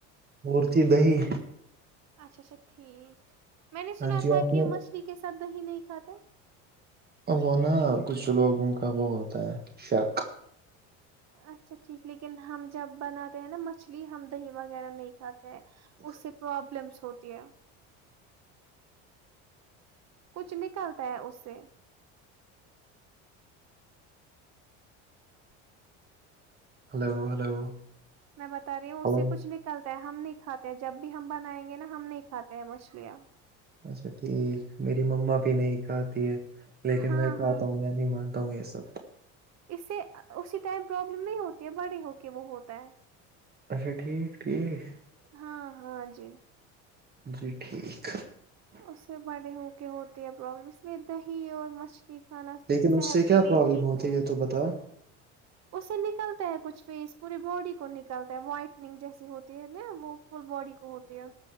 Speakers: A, on the right (about 30°); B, on the right (about 50°).
A: اور تھی دہی
B: اچھا اچھا ٹھیک میں نے سنا
A: ہاں جی
B: تھا
A: آپ
B: کہ
A: نے
B: مچھلی کے سات دی نہیں کھاتا
A: وہ نا کچھ لوگوں کا وہ ہوتا ہے شک
B: اچھا ٹھیک لیکن ہم جب بناتے ہیں نا مچھلی ہم دہی وغیرہ نہیں کھاتے ہیں اس سے پرابلمس ہوتی ہے کچھ نکلتا ہے اس سے
A: ہلو ہلو
B: میں بتا رہی ہوں اس
A: ہلو
B: سے کچھ نکلتا ہے ہم نہیں کھاتے ہیں جب بھی ہم بنائیں گے نا ہم نہیں کھاتے ہیں مچھلیاں
A: اچھا ٹھیک میری مما بھی نہیں کھاتی ہے لیکن
B: ہاں
A: میں کھاتا
B: ہاں
A: ہوں میں نہیں مانتا ہوں یہ سب
B: اس سے اسی ٹائم پرابلم نہیں ہوتی ہے بڑے ہو کے وہ ہوتا ہے
A: اچھا ٹھیک ٹھیک
B: ہاں ہاں جی
A: جی ٹھیک
B: اس سے بڑے ہو کے ہوتی ہے پرابلم اس میں دہی اور مچھ مچھلی کھانا
A: لیکن
B: صحت
A: اس سے
B: کے
A: کیا
B: لیے
A: پرابلم
B: ٹھیک
A: ہوتی
B: نہیں ہے
A: یہ تو بتاؤ
B: اسے نکلتا ہے کچھ فیس پوری باڈی کو نکلتا ہے وائٹننگ جیسی ہوتی ہے نا وہ فل باڈی کو ہوتی ہے